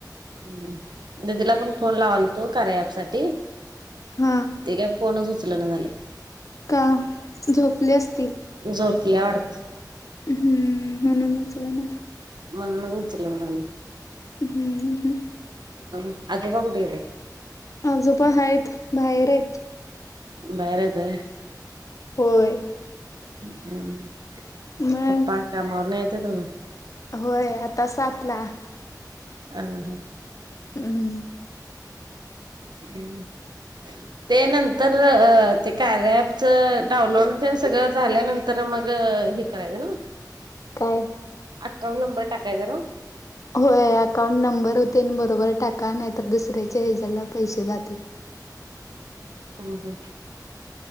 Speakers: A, on the right (about 80°); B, on the left (about 45°).
A: हं. दिदीला पण फोन लावालतो, कार्या ॲपसाठी.
B: हां.
A: ती काय फोनच उचलना झाल्याय.
B: का? झोपले असतील.
A: झोपल्या वाडतं.
B: हम्म, म्हणून उचलनात.
A: म्हणूनच उचलंना झाली.
B: हम्म, हम्.
A: बघू. आजोबा कुठं गेले?
B: आजोबा हायत. बाहेरयत.
A: बाहेरयत व्हय.
B: होय.
A: हम्.
B: मग
A: पप्पा, कामावरनं यायचेत अजून.
B: होय, आता सातला.
A: अ ह.
B: अहं.
A: हम्. ते नंतर अ ते कार्या ॲपचं, डाउनलोड होतय सगळं झाल्यानंत तर मग हे करायचं, नं.
B: काय?
A: अकाउंट नंबर टाकायचा नं?
B: होय, अकाउंट नंबर तेन बरोबर टाका. नाही तर, दुसऱ्याच्या हेजला पैसे जातील.
A: हम्म हम्म